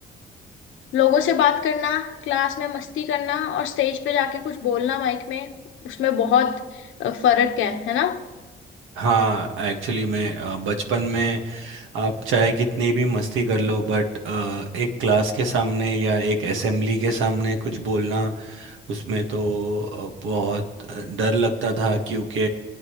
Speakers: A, on the left (about 85°); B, on the right (about 80°).
A: लोगों से बात करना क्लास में मस्ती करना और स्टेज पे जाके कुछ बोलना माइक में उसमें बहुत अ, फर्क है है ना
B: हाँ एक्चुअली मैं अ, बचपन में आप चाहे कितनी भी मस्ती कर लो बट एक क्लास के सामने या एक असेंबली के सामने कुछ बोलना उसमें तो अ, बहुत डर लगता था क्योंकि